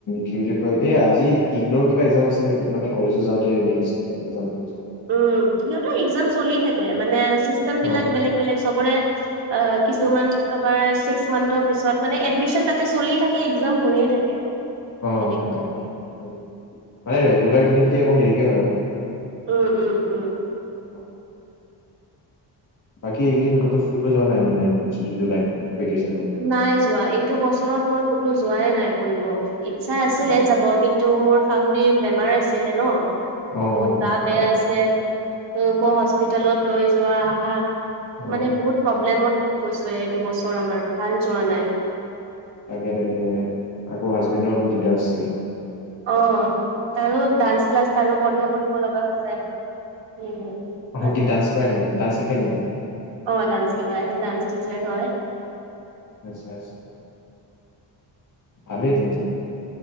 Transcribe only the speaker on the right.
উম সিহঁতৰ একজাম চলি থাকে মানে চিষ্টেম
বিলাক বেলেগ বেলেগ চবৰে। অ কিছুমান কাবাৰ ছিক্স মান্থৰ পিছত মানে এডমিশন তাতে চলি থাকে একজাম হৈয়ে থাকে।
এনেকুৱা
উ উম উম।
নাই যোৱা এইটো বছৰত মই ক'তো যোৱাই নাই ফুৰিব। ইচ্ছা আছিলে
যাব কিন্তু মোৰ শাহোৰি বেমাৰ আছ- ছিলে ন,
মোৰ গা বেয়া
আছিলে। তেওঁ ক হস্পিতালত লৈ যোৱা আহা
মানে বহুত। প্ৰব্লেমত গৈছো এইটো বছৰ আমাৰ ভাল যোৱা নাই।
অহ, তাৰো ডান্স ক্লাছ তাৰো বন্ধ কৰিব লগা হৈছে। উম,
আৰু
অ ডান্স শিকাই, সেই ডান্স টিচাৰ্ছ হয়।